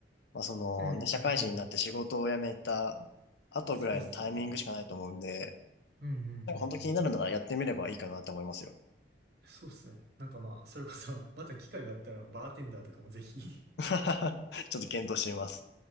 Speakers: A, on the left; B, on the right.
A: まあ、その、
B: うんうんうんうん
A: ね、社会人になって仕事を辞めた後ぐらいのタイミングしかないと思うんで、
B: そうっすよね。うんうんうんうん。
A: なんか本当気になるならやってみればいいかなと思いますよ。
B: そうっすね。なんかまあ、それこそ、また機会があったら、バーテンダーとかもぜひ
A: <laughs> ちょっと検討してみます。